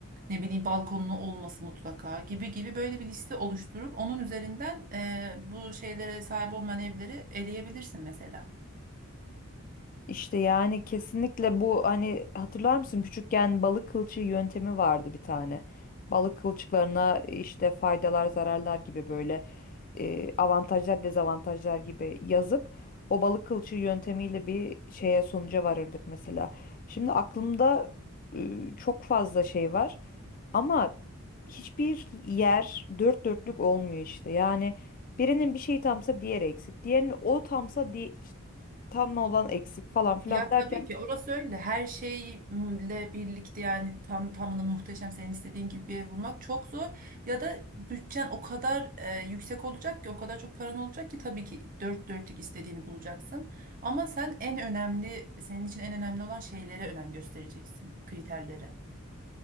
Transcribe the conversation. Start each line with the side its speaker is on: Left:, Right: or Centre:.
Right: ne bileyim balkonlu olması mutlaka gibi gibi böyle bir liste oluşturup onun üzerinden eee, bu şeylere sahip olmayan evleri eleyebilirsin mesela.
Left: İşte yani kesinlikle bu hani hatırlar mısın küçükken balık kılçığı yöntemi vardı bir tane. Balık kılçıklarına işte faydalar, zararlar gibi böyle e, avantajlar, dezavantajlar gibi yazıp o balık kılçığı yöntemiyle bir şeye sonuca varırdık mesela. Şimdi aklımda e, çok fazla şey var ama hiçbir yer dört dörtlük olmuyor işte. Yani birinin bir şeyi tamsa diğeri eksik. Diğerinin o tamsa di tam olan eksik falan filan
Right: Ya tabii
Left: derken
Right: ki orası öyle. Her şeyle birlikte yani tam tamına muhteşem senin istediğin gibi bir ev bulmak çok zor. Ya da bütçen o kadar e, yüksek olacak ki o kadar çok paran olacak ki tabii ki dört dörtlük istediğini bulacaksın. Ama sen en önemli senin için en önemli olan şeylere önem göstereceksin, kriterlere.